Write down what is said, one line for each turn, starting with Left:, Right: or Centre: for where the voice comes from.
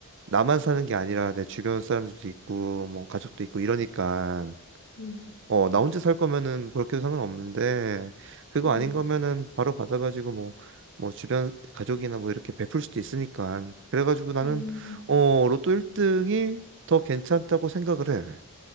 Right: 나만 사는 게 아니라 내 주변 사람들도 있고 뭐 가족도 있고 이러니까
Left: 음,
Right: 어, 나 혼자 살 거면은 그렇게도 상관없는데, 그거
Left: 음,
Right: 아닌 거면은 바로 받아가지고 뭐, 뭐 주변 가족이나 뭐 이렇게 베풀 수도 있으니까. 그래가지고 나는,
Left: 음.
Right: 어, 로또 1등이 더 괜찮다고 생각을 해.